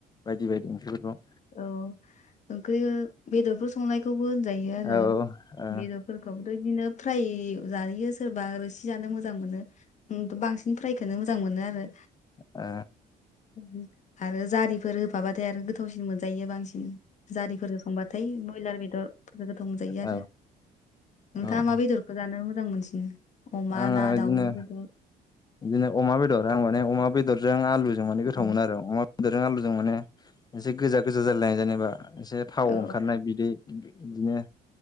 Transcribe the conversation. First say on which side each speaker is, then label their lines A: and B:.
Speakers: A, on the left; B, on the left.
A: बायदि बायदि ओंख्रिफोरखौ
B: औ ओंख्रि बेदरफोर संनायखौबो होनजायो आरो
A: औ औ
B: बेदरफोरखौबोथ' बिदिनो‌ फ्राय जायो सोरबा रोसि जानो मोजां मोनो बांसिन फ्रायखोनो मोजां मोनो आरो
A: ओ
B: ओम। आरो जारिफोर होफाबाथाय आरो गोथावसिन मोनजायो बांसिन जारिफोर होखां बाथाय बयलार बेदर <inaudible> गोथाव मोनजायो
A: औ
B: आरो
A: औ
B: नोंथाङा मा बेदरखौ जानो मोजां मोनसिनो? अमा
A: आङो
B: ना
A: बिदिनो
B: दाउ बेदर औ
A: बिदिनो अमा बेदर आं माने अमा बेदरजों आलु जों माने गोथाव
B: ओं
A: मोनो आरो अमा बेदरजों आलुजों माने मोनसे गोजा गोजा जालायनाय जेनेबा इसे थाव
B: औ
A: ओं ओंखारनाय बिदै बिदिनो